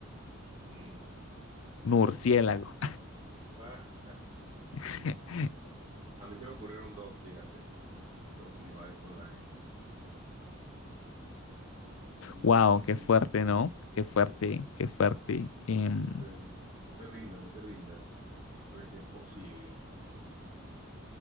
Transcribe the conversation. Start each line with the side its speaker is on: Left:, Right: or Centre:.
Right: mm,
Left: murciélago.
Right: ah, <laughs>
Left: <laughs>
Right: a mí se me ocurrieron dos, fíjate, dos animales con la N. Mm,
Left: wow, qué fuerte, ¿no? Qué fuerte, qué fuerte. Em,
Right: Eh, no te rindas, no te rindas. Porque sí es posible.